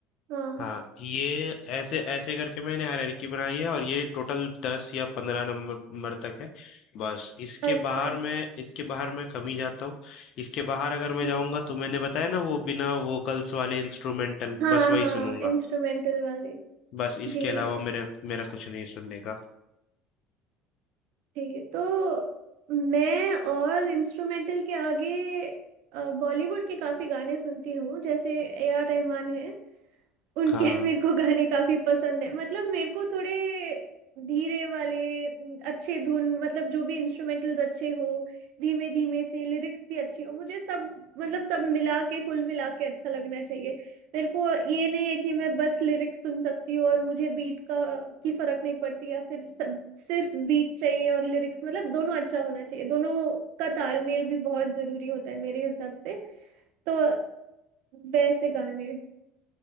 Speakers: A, on the right (about 70°); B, on the left (about 55°).
A: हाँ
B: हाँ ये ऐसे ऐसे करके मैंने हायरार्की बनाई है और ये टोटल दस या पंद्रह नंबर तक है बस इसके
A: अच्छा
B: बाहर मैं इसके बाहर मैं कम ही जाता हूँ इसके बाहर अगर मैं
A: हम्म
B: जाऊंगा तो मैंने बताया ना वो बिना वोकल्स वाले इंस्ट्रूमेंटल
A: हाँ
B: बस वही
A: हाँ
B: सुनूंगा
A: इंस्ट्रूमेंटल वाले
B: बस इसके
A: जी
B: अलावा मेरे मेरा कुछ नहीं है सुनने का
A: ठीक है तो मैं और इंस्ट्रूमेंटल के आगे बॉलीवुड के काफी गाने सुनती हूँ जैसे ए आर रहमान है उनके
B: हाँ
A: <laughs> मेरे को गाने काफी पसंद है मतलब मेरे को थोड़े धीरे वाले अच्छे धुन मतलब जो भी इंस्ट्रूमेंटल्स अच्छे हो धीमे धीमे से लिरिक्स भी अच्छी हो मुझे सब मतलब सब मिला के कुल मिला के अच्छा लगना चाहिए मेरे को ये नहीं है कि मैं बस लिरिक्स सुन सकती हूँ और मुझे बीट का की फर्क नहीं पड़ती या फिर सब सिर्फ बीट चाहिए और लिरिक्स मतलब दोनों अच्छा होना चाहिए दोनों का तालमेल भी बहुत जरूरी होता है मेरे हिसाब से तो वैसे गाने